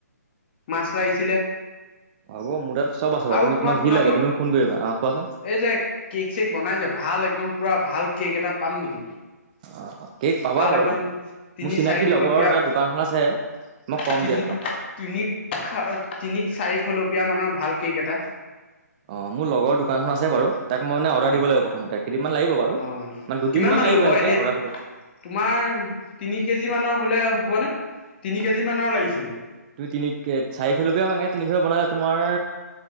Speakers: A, on the left (about 35°); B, on the right (about 30°).
A: মাছ লাগিছিলে।
B: হ'ব মোৰ তাত চব আছে বাৰু
A: আৰু
B: তুমি
A: তোমাৰ
B: তোমাক যি
A: শুনাচোন,
B: লাগে তুমি ফোন কৰিবা অ কোৱাচোন
A: এই যে কেক চেক বনাই ভাল একদম পুৰা ভাল কেক এটা পাম নেকি?
B: অ কেক পাবা
A: ভাল
B: বাৰু
A: একদম তিনি
B: মোৰ চিনাকি
A: চাৰি খলপীয়া
B: লগৰ এটা দোকানখন আছে মই কম
A: তিনি
B: দিয়া তোমাক
A: তিনি তিনিক চাৰিখলপীয়া মানৰ ভাল কেক এটা।
B: অ', মোৰ লগৰ দোকানখন আছে বাৰু তাক মই মানে অৰ্ডাৰ
A: অ
B: দিব লাগিব প্ৰথমতে। কেইদিনমান লাগিব বাৰু
A: অ',
B: মানে দুদিনমান
A: কিমান মান
B: লাগিব
A: ল'ব
B: এনেকে
A: এনে
B: অৰ্ডাৰ
A: তোমাৰ
B: দিব
A: তিনি কেজি মানৰ হ'লে হ'ব নে, তিনি কেজি মানৰ লাগিছিলে।
B: তুমি তিনি চাৰিখলপীয়া <unintelligible> তিনিখলপীয়া বনালে তোমাৰ